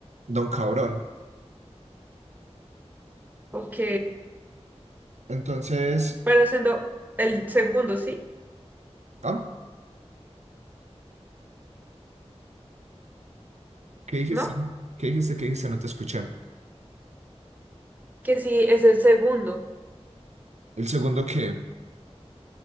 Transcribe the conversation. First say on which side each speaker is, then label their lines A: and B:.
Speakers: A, on the right; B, on the right.
A: Don Cabrón.
B: Ok.
A: Entonces,
B: Pero siendo el segundo, ¿sí?
A: ah, ¿qué dijiste?
B: ¿No?
A: ¿Qué dijiste? ¿Qué dijiste? No te escuché.
B: Que sí, es el segundo.
A: El segundo que...